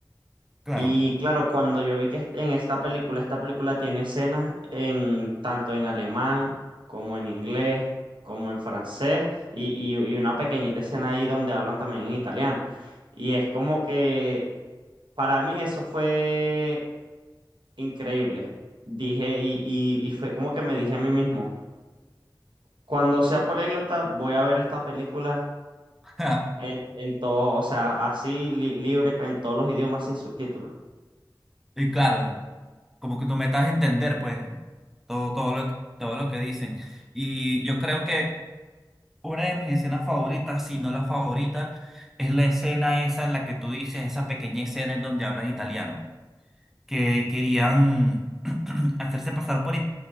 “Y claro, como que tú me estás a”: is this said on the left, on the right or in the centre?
Centre